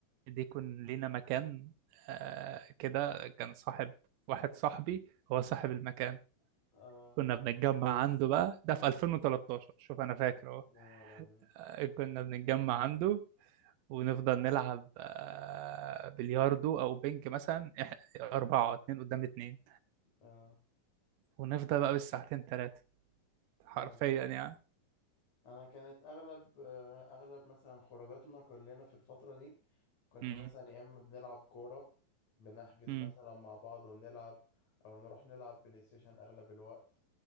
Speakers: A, on the right; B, on the left.
A: دي يكون لينا مكان آه كده كان صاحب واحد صاحبي هو صاحب المكان
B: اه
A: كنا بنتجمع عنده بقى ده في 2013 شوف انا فاكر اهو
B: يا نهار ابيض
A: آه، كنا بنتجمع عنده ونفضل نلعب آه، بلياردو او بينج مثلا إح- اربعة اتنين قدام اتنين
B: اه
A: ونفضل بقى بالساعتين تلاتة حرفيا
B: لا جامد
A: يعني
B: انا كانت اغلب آه، اغلب مثلا خروجاتنا كلنا في الفترة دي كنا
A: امم
B: مثلا يا اما بنلعب كورة بنحجز
A: امم
B: مثلا مع بعض ونلعب او نروح نلعب بلاي ستيشن اغلب الوقت